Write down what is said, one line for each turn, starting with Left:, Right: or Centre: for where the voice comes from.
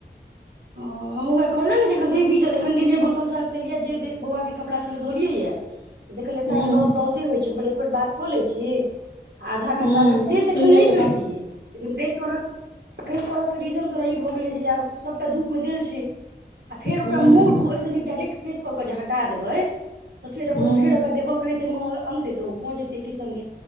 Right: हँ हम उह कहलहु ने जेखन दे भीजल एखन गेलियै बोतल साफ केलियै जे बौआ के कड़ा छले धोलियै ये देखलियै
Left: हूँ
Right: टाइम दस दसे होइ छै कहल एक बेर बात कऽ लै छी आधा घंटा
Left: हूँ
Right: मे प्रेस
Left: ठीके
Right: एखन नहि
Left: केलहुँ
Right: करितियै लेकिन प्रेस प्रेस तके रीजन तोरा ई भऽ गेलै जे आब सबटा धूपमे देल छै आ फेर
Left: हूँ
Right: ओक मूरू ओहि से नीक डायरेक्ट प्रेस कऽ कऽ जे हटा देबै तऽ फेर अपन
Left: हूँ
Right: फेर अगर देबऽ कहेते म अनतै तऽ ओ भ जेतै के संगे